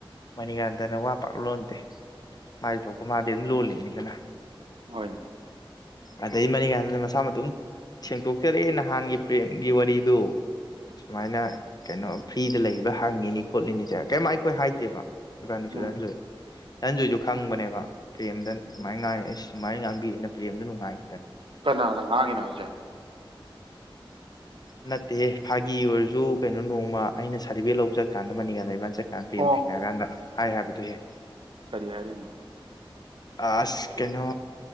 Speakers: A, on the left; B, on the right.
A: ꯃꯅꯤ ꯀꯥꯟꯗꯅ ꯋꯥ ꯄꯥꯛ ꯂꯣꯟꯗꯦ ꯃꯥꯗꯤ ꯊꯣꯛꯄ ꯃꯥꯗꯤ ꯑꯗꯨꯝ ꯂꯣꯜꯂꯤꯅꯤꯗꯅ
B: ꯍꯣꯏꯅꯦ
A: ꯑꯗꯩ ꯃꯔꯤ ꯀꯥꯟꯅ ꯃꯁꯥ ꯃꯇꯝ ꯁꯦꯡꯇꯣꯛꯆꯔꯛꯑꯦ ꯅꯍꯥꯟꯒꯤ ꯄ꯭ꯔꯦꯝꯒꯤ ꯋꯥꯔꯤꯗꯨ ꯁꯨꯃꯥꯏꯅ ꯀꯩꯅꯣ ꯐ꯭ꯔꯤꯗ ꯂꯩꯕ ꯍꯪꯉꯤꯅꯤ ꯈꯣꯠꯂꯤꯅꯤꯁꯦ ꯀꯩꯝ ꯑꯩꯈꯣꯏ ꯍꯥꯏꯗꯦꯕ ꯏꯕꯥꯅꯤꯁꯨ
B: ꯎꯝ
A: ꯔꯟꯖꯣꯏ ꯅꯟꯖꯨꯁꯨ ꯈꯪꯕꯅꯦꯕ ꯄ꯭ꯔꯦꯝꯗ ꯁꯨꯃꯥꯏꯅ ꯉꯥꯡꯉꯦ ꯁꯨꯃꯥꯏꯅ ꯉꯥꯡꯕꯤꯗꯅ ꯄ꯭ꯔꯦꯝꯗ ꯅꯨꯡꯉꯥꯏ
B: ꯀꯅꯥꯅꯒ ꯉꯥꯡꯉꯤꯅꯣ ꯍꯥꯌꯖꯦ
A: ꯅꯠꯇꯦ ꯐꯥꯒꯤ ꯑꯣꯏꯔꯁꯨ ꯀꯩꯅꯣ ꯅꯣꯡꯃ ꯑꯩꯅ ꯁꯥꯔꯇꯤꯐꯤꯀꯦꯠ ꯂꯧꯧꯕꯖꯠꯀꯥꯟꯗ ꯃꯅꯤ ꯀꯗ ꯆꯠ
B: ꯑꯣ
A: <inaudible> ꯊꯦꯡꯅꯔꯀꯥꯟꯗ ꯍꯥꯏ ꯍꯥꯏꯕꯗꯨꯍꯦ
B: ꯀꯔꯤ ꯍꯥꯏꯔꯤꯅꯣ
A: ꯑꯁ ꯀꯩꯅꯣ